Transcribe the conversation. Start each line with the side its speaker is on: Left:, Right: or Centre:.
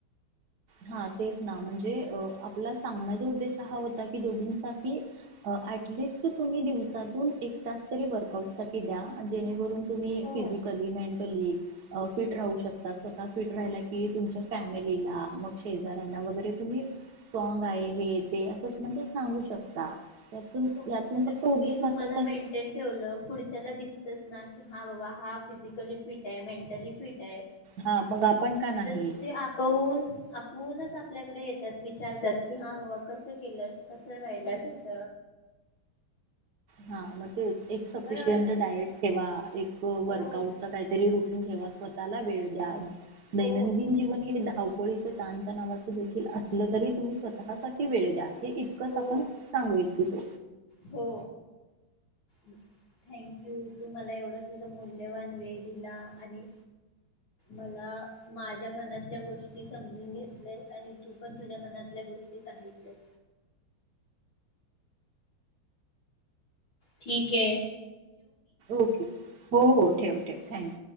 Right: हा तेच ना म्हणजे अ आपला सांगण्याचा उद्देश हा होता की दोघींन साठी ऍटलीस्ट तुम्ही दिवसातून एक तास तरी वर्कआउट साठी द्या जेणेकरून तुम्ही
Left: हो
Right: फिजिकली मेन टली अ फिट, राहू शकता स्वतः फिट राहिला की तुमच्या फॅमिलीला मग शेजाऱ्यांना वगैरे तुम्ही स्ट्रॉंग आहे हे ते अस म्हणजे सांगू शकता. यातून
Left: हो
Right: यातून
Left: आता
Right: फक्त
Left: तुम्ही
Right: उद्देश
Left: तुम्हाला
Right: असाच आहे
Left: मेंटेन ठेवलं पुढच्याला दिसतस. नाही त हा बाबा हा फिजिकली फिट, आहे मेंटली फिट आहे.
Right: हा मग आपण का नाही
Left: तर ते आपहून आप होऊनच आपल्याकडे येतात विचारतात की हा बाबा कसं, केलंस कसं राहिलसा अस.
Right: हा मग ते एक सफिशियंट
Left: बरोबर ना
Right: डायट ठेवा, एक
Left: हो
Right: वर्कआउटचा काहीतरी रुटींग ठेवा स्वतःला वेळ द्या.
Left: हो
Right: दैनंदिन जीवन हे धाव पोळी च ताणतनावाच देखील असलं तरी तुम्ही स्वतःसाठी वेळ द्या. हे इतकंच
Left: हो
Right: आपण सांगू इच <unintelligible>
Left: हो थँक यू तू मला एवढा तुझा मूल्यवान वेळ दिला आणि मला, माझ्या मनातल्या गोष्टी समजून घेतलेस आणि तू पण तुझ्या मनातल्या गोष्टी सांगितल्यास. ठीक हे!
Right: ओके हो हो ठेव, ठेव थँक